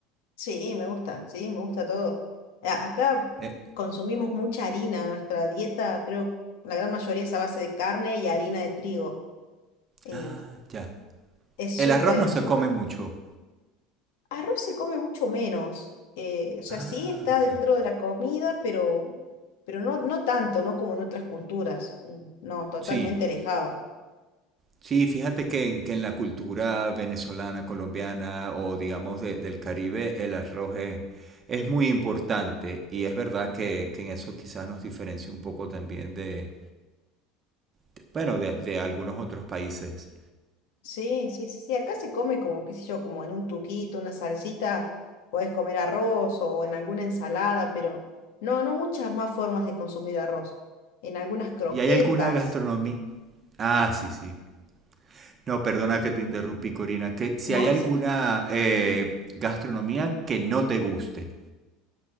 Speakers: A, on the left; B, on the right.
A: Sí, me gusta, sí, me gusta todo. A- Acá
B: Eh,
A: consumimos mucha harina. Nuestra dieta, creo, la gran mayoría es a base de carne y harina de trigo. Eh,
B: ah, ya.
A: Es
B: El
A: súper,
B: arroz no se
A: súper.
B: come mucho.
A: Arroz se come mucho menos. eh, o sea,
B: Ah,
A: sí está dentro
B: ya.
A: de la comida, pero, pero no, no tanto, ¿no? Como en otras culturas. mm, No, totalmente
B: Sí,
A: alejado.
B: sí, fíjate que en, que en la cultura venezolana, colombiana o digamos de- del Caribe, el arroz es, es muy importante y es verdad que, que en eso quizás nos diferencia un poco también de, de- bueno, de, de algunos otros países.
A: Sí, sí, sí, sí. Acá se come como, qué sé yo, como en un tuquito, una salsita, puedes comer arroz o en alguna ensalada, pero no, no muchas más formas de consumir arroz. En algunas croquetas.
B: ¿Y hay alguna gastronomía? Ah, sí, sí. No, perdona que te interrumpí, Corina. Que si
A: No,
B: hay
A: decime.
B: alguna eh, gastronomía que no te guste.